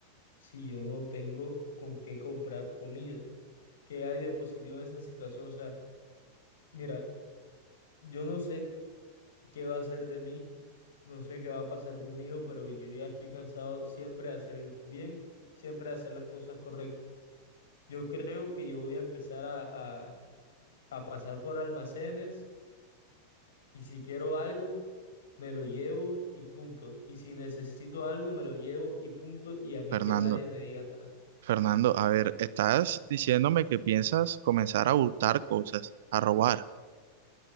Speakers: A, on the left; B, on the right.
A: si yo no tengo con qué comprar comida? ¿Qué hay de positivo en esa situación? O sea, mira, yo no sé qué va a hacer de mí, no sé qué va a pasar conmigo, pero yo ya estoy cansado siempre de hacer el bien, siempre de hacer las cosas correctas. Yo creo que yo voy a empezar a, a a pasar por almacenes y si quiero algo, me lo llevo y punto. Y si necesito algo, me lo llevo y punto. Y a mí
B: Fernando.
A: que nadie me diga nada.
B: Fernando, a ver, estás diciéndome que piensas comenzar a hurtar cosas, a robar.